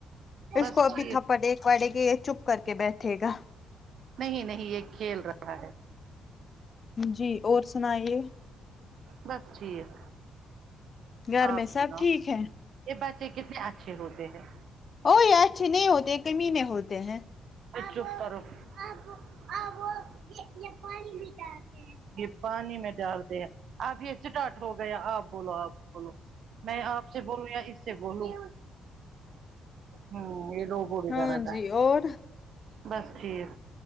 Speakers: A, on the left (about 40°); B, on the right (about 65°).
A: اس
B: بس
A: کو ابھی
B: ٹھیک
A: تھپڑے پڑے گی یہ چپ کر کے بیٹھے گا
B: نہیں نہیں یہ کھیل رہا ہے
A: جی اور سنایے
B: بس ٹھیک
A: گھر
B: آپ
A: میں
B: سناو
A: سب ٹھیک ہے
B: یہ بچے کتنے اچھے ہوتے ہیں
A: اوے اچھے نہیں ہوتے کمینے میں ہوتے ہیں
B: چپ کرو آپ آپ آپ یہ پانی بٹے تھے پانی میں ڈالتے ہیں اب یہ اسٹارٹ ہو گیا آپ بولو آپ بولو میں آپ سے بولوں یا اس سے بولوں ہوں یہ لوگو بھی
A: ہاں
B: غلط
A: جی
B: ہے
A: اور
B: بس ٹھیک